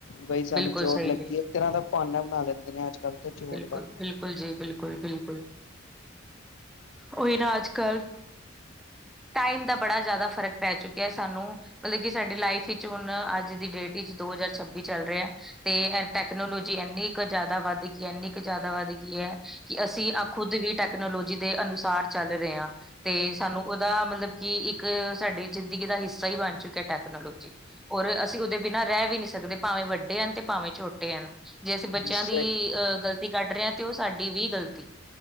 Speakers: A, on the left; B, in the centre.
A: ਬਾਈ ਸਾਨੂੰ
B: ਬਿਲਕੁਲ
A: ਚੋਟ
B: ਸਹੀ
A: ਲੱਗੀ
B: ਜੀ
A: ਐ, ਇੱਕ ਤਰ੍ਹਾਂ ਦਾ ਭਾਨਾ ਬਣਾ ਲੈਂਦੇ ਨੇ ਅੱਜ-ਕਲ ਤੇ ਚੋਟ
B: ਬਿਲਕੁਲ
A: ਦਾ।
B: ਬਿਲਕੁਲ ਜੀ, ਬਿਲਕੁਲ ਬਿਲਕੁਲ। ਓਹੀ ਨਾਂ ਅੱਜ-ਕਲ ਟਾਈਮ ਦਾ ਬੜਾ ਜ਼ਿਆਦਾ ਫ਼ਰਕ ਪੈ ਚੁੱਕਿਆ ਸਾਨੂੰ ਮਤਲਬ ਕਿ ਸਾਡੀ ਲਾਈਫ ਵਿੱਚ ਹੁਣ ਅੱਜ ਦੀ ਡੇਟ ਇਚ ਦੋ ਹਜ਼ਾਰ ਛੱਬੀ ਚੱਲ ਰਿਆ। ਤੇ ਟੈਕਨੋਲੋਜੀ ਇੰਨੀ ਕੁ ਜ਼ਿਆਦਾ ਵੱਧ ਗੀ ਐ ਇੰਨੀ ਕੁ ਜ਼ਿਆਦਾ ਵੱਧ ਗੀ ਐ ਕਿ ਅਸੀਂ ਆ ਖੁਦ ਵੀ ਟੈਕਨੋਲੋਜੀ ਦੇ ਅਨੁਸਾਰ ਚੱਲ ਰੇ ਆਂ। ਤੇ ਸਾਨੂੰ ਓਦਾ ਮਤਲਬ ਕਿ ਇੱਕ ਸਾਡੀ ਜ਼ਿੰਦਗੀ ਦਾ ਹਿੱਸਾ ਈ ਬਣ ਚੁੱਕਿਆ ਟੈਕ ਨੋਲੋਜੀ ਔਰ ਅਸੀਂ ਓਦੇ ਬਿਨਾਂ ਰੈ ਵੀ ਨੀਂ ਸਕਦੇ, ਭਾਵੇਂ ਵੱਡੇ ਹਨ ਤੇ ਭਾਵੇਂ ਛੋਟੇ ਹਨ। ਜੇ ਅਸੀਂ ਬੱਚਿਆਂ
A: ਸਹੀ
B: ਦੀ ਅਹ ਗ਼ਲਤੀ ਕੱਢ ਰੇ ਆਂ ਤੇ ਓ ਸਾਡੀ ਵੀ ਗ਼ਲਤੀ